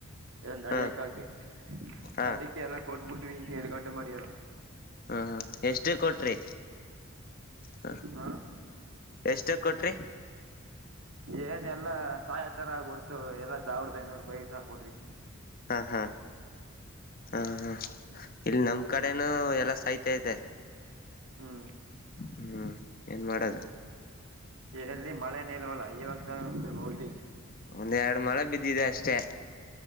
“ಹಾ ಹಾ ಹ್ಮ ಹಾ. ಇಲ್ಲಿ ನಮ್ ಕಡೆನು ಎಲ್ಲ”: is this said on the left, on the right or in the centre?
Left